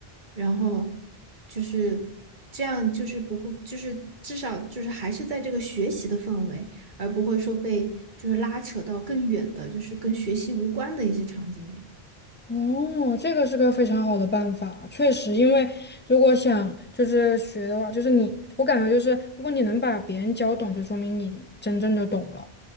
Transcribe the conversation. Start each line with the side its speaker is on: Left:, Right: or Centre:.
Right: 然后就是这样，就是不会，就是至少就是还是在这个学习的氛围，而不会说被就是拉扯到更远的，就是跟学习无关的一些场景里。
Left: 哦，这个是个非常好的办法，确实，因为如果想就是学的话，就是你，我感觉就是如果你能把别人教懂，就说明你真正的懂了。